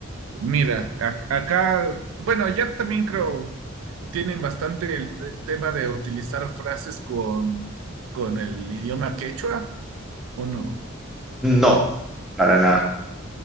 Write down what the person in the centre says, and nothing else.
No, para nada.